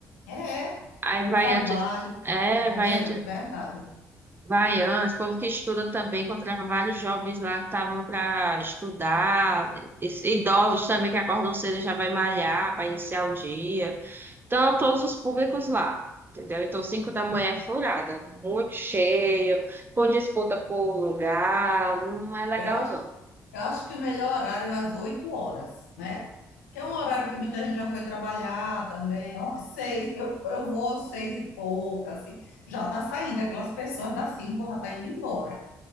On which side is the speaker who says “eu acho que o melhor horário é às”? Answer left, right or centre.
Left